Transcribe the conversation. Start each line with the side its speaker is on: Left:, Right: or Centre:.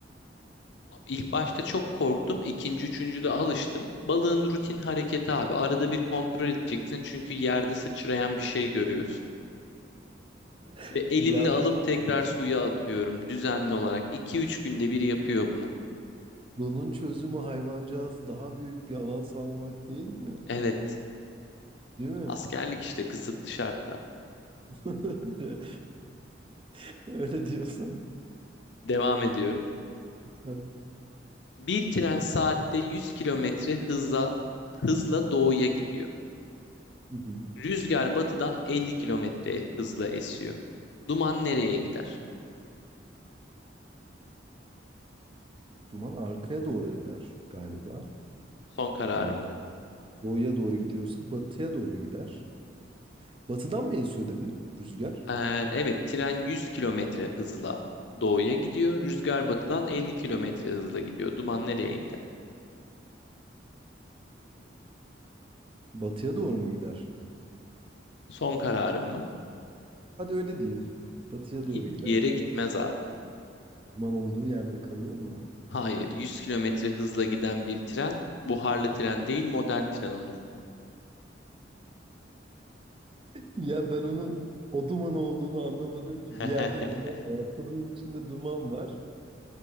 Left: İlk başta çok korktum. İkinci, üçüncüde alıştım. Balığın rutin hareketi abi. Arada bir kontrol edeceksin. Çünkü yerde sıçrayan bir şey görüyorsun.
Right: <laughs>
Left: Ve elimle
Right: Ya
Left: alıp tekrar suya atıyorum. Düzenli olarak. 2 üç günde bir yapıyor bunu.
Right: bunun çözümü hayvancağız daha büyük bir alan sağlamak değil mi ya?
Left: Evet.
Right: Değil mi?
Left: Askerlik işte kısıtlı şartlar.
Right: <laughs> Öyle, <laughs> öyle diyorsan.
Left: Devam ediyorum.
Right: sen.
Left: Bir tren saatte 100 kilometre hızla hızla doğuya gidiyor.
Right: Hı hı.
Left: Rüzgar batıdan 50 kilometre hızla esiyor. Duman nereye gider?
Right: Duman arkaya doğru eder galiba.
Left: Son kararım
Right: Yani
Left: mı?
Right: doğuya doğru gidiyorsa batıya doğru gider. Batıdan mı esiyor dedin rüzgar?
Left: Ee, evet, tren 100 kilometre hızla doğuya gidiyor. Rüzgar batıdan 50 kilometre hızla gidiyor. Duman nereye gider?
Right: Batıya doğru mu gider?
Left: Son kararım mı?
Right: Hadi öyle diyeyim. Batıya doğru
Left: Hiçbir
Right: gider
Left: yere gitmez abi.
Right: Duman olduğu yerde kalır mı?
Left: Hayır, 100 kilometre hızla giden bir tren buharlı tren değil modern tren olur.
Right: Ya ben onun o duman olduğunu anlamadım ki.
Left: <laughs>
Right: Bir yerde duman var. Sorunun içinde duman var.